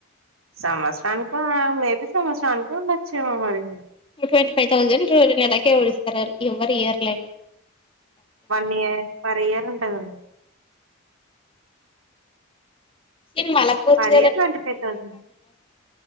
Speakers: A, on the right (about 75°); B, on the left (about 25°).
A: సంవత్సరానిక మేబి సంవత్సరానికి ఉండొచ్చేమో మరి
B: ట్వీటీ ఫైవ్ థౌసండ్ రోజ ఎదకేడిస్తారు ఎవ్వరు ఇయ్యారులే
A: వన్ ఇయర్ పెర్ ఇయర్ ఉండదు
B: <unintelligible> సినిమాలా వతు
A: per year twenty five thousand